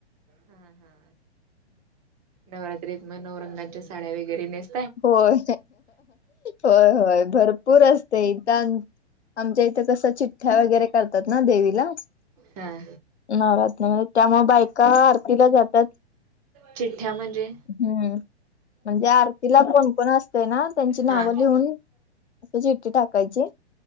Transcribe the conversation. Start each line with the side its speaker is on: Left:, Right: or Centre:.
Right: हा हा नवरात्रीत मग नऊ रंगाच्या साड्या वगैरे नेस
Left: होय होय होय भरपूर असते इथ आमच्या इथं कस चिठ्ठ्या वगैरे करतात ना देवीला
Right: हा
Left: नवरात्रमध्ये त्यामुळ बायका आरतीला जातात
Right: चिठ्ठ्या म्हणजे
Left: हम्म म्हणजे तिला कोणकोण असते ना त्यांची नावं
Right: हा.
Left: लिहून अस चिटी टाकायची